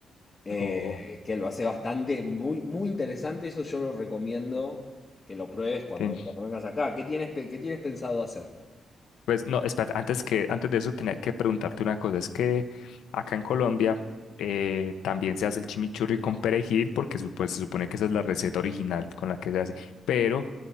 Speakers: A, on the left; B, on the left.
A: eh,
B: Oh,
A: que lo hace bastante, muy, muy interesante. Eso yo lo recomiendo que lo pruebes cuando,
B: ten-
A: cuando vengas acá. ¿Qué tienes, pe- qué tienes pensado hacer?
B: Pues no, espera, antes que, antes de eso tenía que preguntarte una cosa. Es que acá en Colombia eh, también se hace el chimichurri con perejil, porque supo- se supone que esa es la receta original con la que se hace. Pero